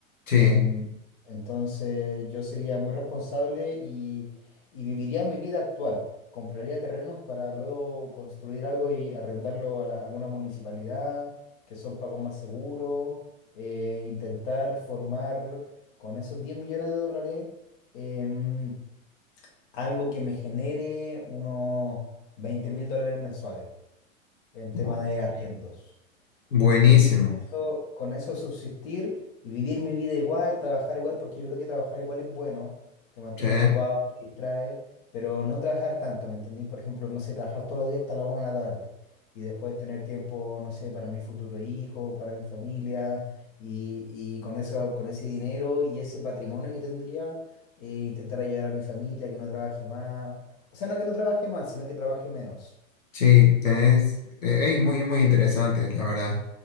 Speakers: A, on the left; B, on the left.
A: Sí,
B: Em, entonces yo sería muy responsable y, y viviría mi vida actual. Compraría terrenos para luego construir algo y arrendarlo a la- alguna municipalidad, que son pagos más seguros. eh, intentar formar con esos 10 millones de dólares em, algo que me genere unos veinte mil dólares mensuales en
A: bu-
B: tema de arriendos.
A: buenísimo.
B: Y con eso, con eso subsistir y vivir mi vida igual, trabajar igual, porque yo creo que trabajar igual es bueno, te mantiene
A: Sí,
B: ocupado, te distrae, pero no trabajar tanto, ¿me entendís? Por ejemplo, no sé, trabajar todos los días hasta la una de la tarde y después tener tiempo, no sé, para mi futuro hijo, para mi familia y, y con eso, con ese dinero y ese patrimonio que tendría, eh, intentar ayudar a mi familia, que no trabaje más, o sea, no que no trabaje más, sino que trabaje menos.
A: sí, tenés, eh, ey, muy, muy interesante, la verdad.